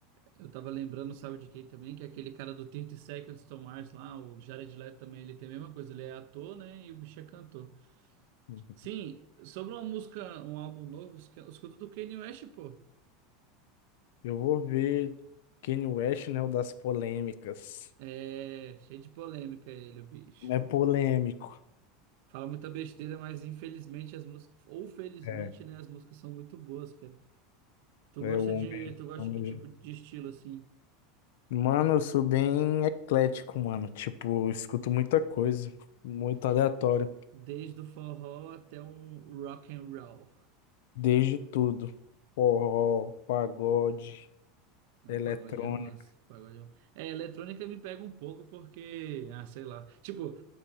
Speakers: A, on the right; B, on the left.
A: eu tava lembrando, sabe de quem também? Que é aquele cara do 30 Seconds to Mars lá, o Jared Leto também, ele tem a mesma coisa, ele é ator, né? E o bicho é cantor.
B: Uhum.
A: Sim, sobre uma música, um álbum novo, eu escuto do Kanye West, pô.
B: Eu vou ver Kanye West, né? O das polêmicas.
A: É, cheio de polêmica ele, o bicho.
B: É polêmico.
A: Fala muita besteira, mas infelizmente as músicas, ou felizmente,
B: É,
A: né, as músicas são muito boas, cara. Tu
B: é
A: gosta
B: o homem.
A: de, tu gosta
B: homem-
A: de que tipo de estilo assim?
B: Mano, eu sou bem eclético, mano. Tipo, eu escuto muita coisa, muito aleatório,
A: Desde o forró até um rock and roll.
B: desde tudo. Forró, pagode,
A: Não,
B: eletrônico.
A: o pagode é massa, o pagode é massa. É, eletrônica me pega um pouco porque, ah, sei lá. Tipo,